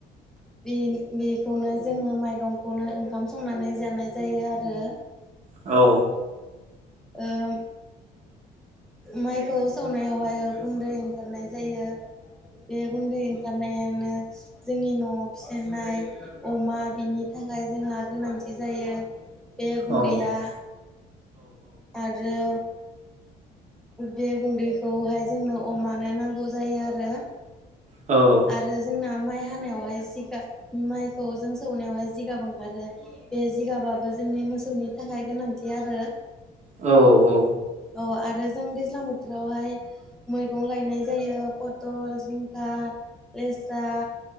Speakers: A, in the centre; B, on the right.
A: बे-बेखौनो जोङो माइरंखौनो ओंखाम संनानै जानाय जायो आरो।
B: औ।
A: ओम माइखौ सौनायावहायो गुन्दै ओंखारनाय जायो। बे गुन्दै ओंखारनायानो जोंनि न'आव फिजानाय अमा बिनि थाखाय जोंहा गोनांथि थि जायो बे गुन्दैया
B: औ
A: आरो बे गुन्दैखौहाय जोंनो अमानो नांगौ जायो आरो।
B: औ।
A: आरो जोंना माइ हानायावहाय जिगा माइखौ जों सौनायावहाय जिगाब ओंखारो। बे जिगाबाबो जोंनि मोसौनि थाखाय गोनांथि आरो।
B: औ औ।
A: औ आरो जों दैज्लां बोथोरावहाय मैगं गायनाय जायो। पथल, जिंखा, लेस्रा